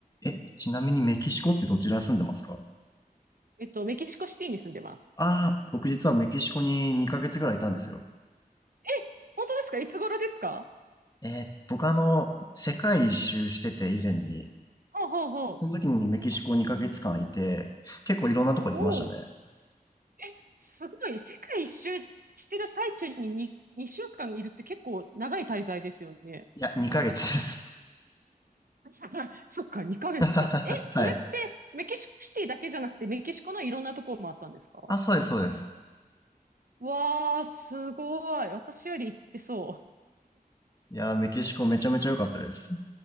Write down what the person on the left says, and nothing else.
え、ちなみにメキシコってどちら住んでますか
ああー、僕実はメキシコに2ヶ月ぐらいいたんですよ。
えー僕あの、世界一周してて以前に、
その時にメキシコ2ヶ月間いて、結構いろんなとこ行きましたね。
いや、2ヶ月です。
<laughs>
はい。
あ、そうです、そうです。
いやー、メキシコめちゃめちゃ良かったです。